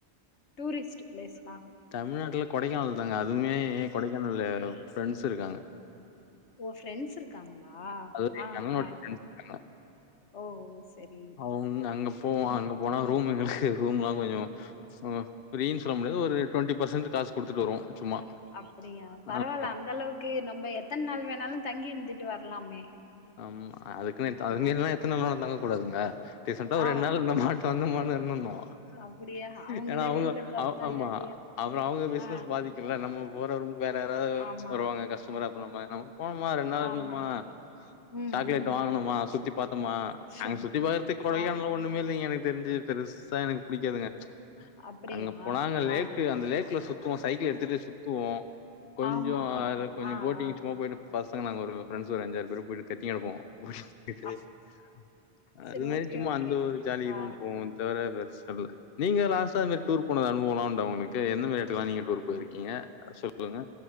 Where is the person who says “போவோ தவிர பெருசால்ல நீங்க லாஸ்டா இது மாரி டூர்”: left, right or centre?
Left